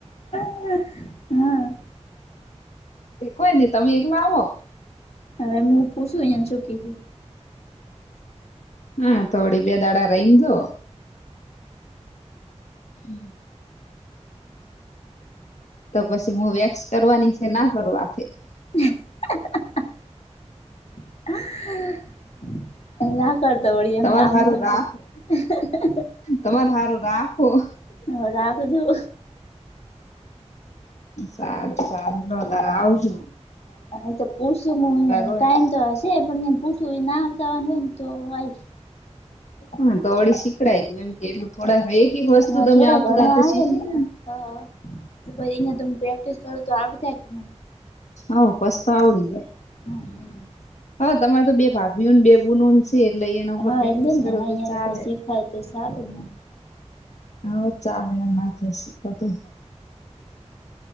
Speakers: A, on the left (about 60°); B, on the left (about 80°).
A: ઈ હા
B: તે કોઈ નહી તમે એકલા આવો
A: હવે હું પું છું અહીંયા ચૂકી ગયુ
B: હા થોડી બે દાડા રહીને જો હમ્મ તો પછી હું વેક્સ કરવાની છે ના કરવા
A: <unintelligible> <unintelligible> કર દોડી અહીં
B: તમારે
A: આવતો
B: હારું
A: હવે
B: રાખો
A: <unintelligible>
B: તમારે હારું રાખો
A: હ રાખજું
B: સારુ સારું ન તાર આવજું
A: હા તો પૂછું મે ઇને
B: રોય
A: ટાઈમ તો હશે પણ મે પૂછું ના આમ તો વાંધ તો આઈ
B: હા તોળી શીખડાય તું એમ કે એટલું થોડા એક વસ્તુ
A: હા
B: તમે
A: થોડા
B: આવતું
A: ઘણું
B: તો તો
A: આવડે
B: શીખી ગ ને
A: હા પછ અં ત પ્રેક્ટિસ કરું તો આવ જાય મને
B: હ પછી તો આવડી જાય,
A: મને
B: હ તમારે તો બે ભાભીઓને બે બુનો પછી એટલે એના ઉપર
A: હા
B: પ્રેક્ટિસ
A: એટલે જ
B: કરો
A: ને હા
B: તો
A: અહિયાં
B: ચાલે
A: પર શીખાય તો સારું
B: હવ ચાલે એમા પછી કતું <inaudible>